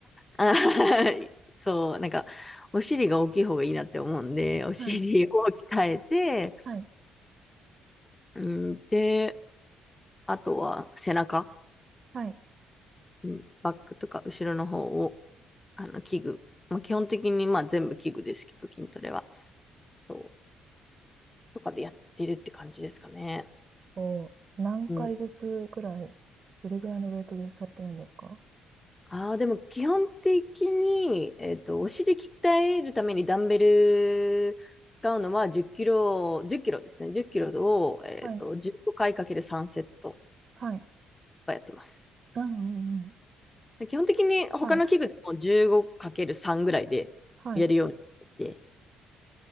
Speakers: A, on the left; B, on the right.
A: あ、<laughs> そう、なんか、お尻が大きい方がいいなって思うんで、お尻を鍛えて、
B: はい。はい。
A: うん、で、あとは背中、
B: はい。
A: うんバックとか後ろの方を、あの、器具。まあ、基本的に、まあ、全部器具ですけど、筋トレは。そう。とかでやってるって感じですかね。
B: を何回ずつぐらい、
A: うん。
B: どれぐらいのウェイトでされてるんですか
A: ああ、でも基本的に、えっと、お尻鍛えるためにダンベル使うのは10キロ、10キロですね。10キロを、えっと、
B: はい。
A: 15回かいかける3セットが
B: はい。
A: やってます。
B: うんうんうん。
A: で基本的に他の器具でも15かける3ぐらいでやるようにして
B: はい。はい。